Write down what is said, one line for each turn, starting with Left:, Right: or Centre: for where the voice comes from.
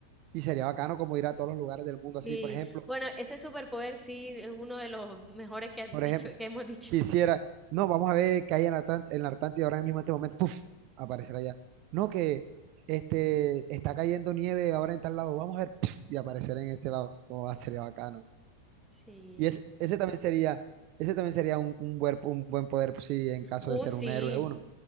Right: Y sería bacano como ir a todos los lugares del mundo así,
Centre: Sí.
Right: por ejemplo,
Centre: Bueno, ese superpoder sí es uno de los mejores que han
Right: por
Centre: dicho,
Right: ejemplo,
Centre: que hemos dicho.
Right: quisiera, no, vamos a ver qué hay en la, Atlant- en la Atlántida ahora mismo en este momento, puf, aparecer allá. No que este está cayendo nieve ahora en tal lado, vamos a ver, puf, y aparecer en este lado. Oh, sería bacano.
Centre: Sí.
Right: Y ese ese también sería, ese también sería un, un, buen, un buen poder si en caso
Centre: Uh,
Right: de ser
Centre: sí.
Right: un héroe uno.